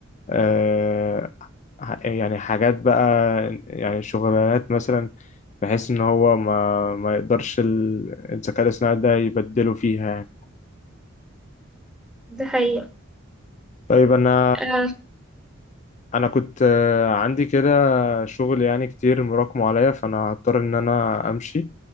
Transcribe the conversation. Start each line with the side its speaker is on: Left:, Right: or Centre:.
Left: آه، ح- يعني حاجات بقى يعني شغلانات مثلا بحيث ان هو ما ما يقدرش ال- الذكاء الاصطناعي ده يبدله فيها يعني
Centre: دي حقيقة
Left: طيب انا
Centre: آه
Left: انا كنت آه، عندي كده شغل يعني كتير مراكمه عليا فانا هضطر ان انا امشي